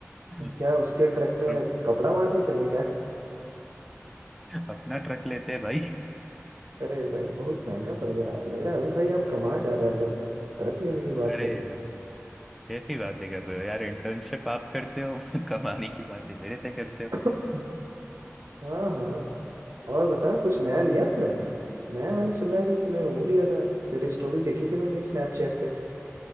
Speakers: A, on the right; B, in the centre.
A: <laughs>
B: <laughs>
A: क्या उसके ट्रक में
B: तुम
A: कपड़ा मारने चले क्या
B: अपना ट्रक लेते हैं भाई
A: अरे भाई बहुत महंगा पड़ेगा लग रहा है भाई भाई आप कमा ज्यादा रहे हो ट्रक लेने की बात
B: अरे
A: कर दी
B: यार कैसी बातें कर रहे हो यार इंटर्नशिप आप करते हो <laughs> कमाने की बातें मेरे से करते हो
A: <coughs> हाँ हाँ और बता कुछ नया लिया तूने नया मैंने सुना है कि तूने वो लिया था तेरी स्टोरी देखी थी मैंने स्नैपचैट पे